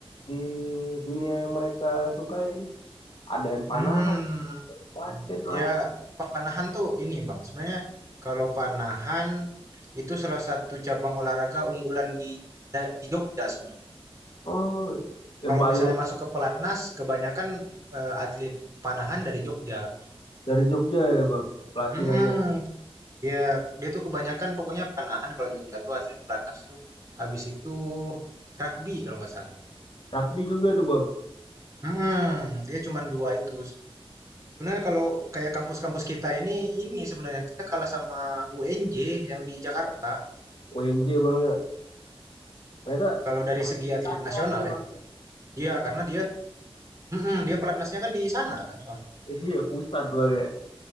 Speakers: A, on the left (about 60°); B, on the right (about 30°).
A: di dunia yang mereka sukain. Ada yang panahan,
B: Hmm.
A: basket lah.
B: Ya panahan tuh ini Bang. Sebenarnya kalau panahan itu salah satu cabang olahraga unggulan di da- di Jogja sebenarnya.
A: Oh, yang
B: Kalau
A: paling
B: misalnya masuk ke pelatnas kebanyakan eh, atlet panahan dari Jogja.
A: dari Jogja ya bang, pelatihannya.
B: Mhm, iya, dia tuh kebanyakan pokoknya panahan kalau Jogja tuh atlet pelatnas tuh. Habis itu rugby kalau nggak salah.
A: Rugby juga tuh bang,
B: Mhm, dia cuma dua itu. Sebenarnya kalau kayak kampus-kampus kita ini, ini sebenarnya kita kalah sama UNJ yang di Jakarta.
A: UNJ bang. ya. Mereka
B: Kalau dari
A: fasilitasnya
B: segi atlet nasional
A: tuh
B: ya,
A: bang.
B: iya karena dia, mhm, dia pelatnasnya kan di sana kan soalnya.
A: Iya, pusat bang ya.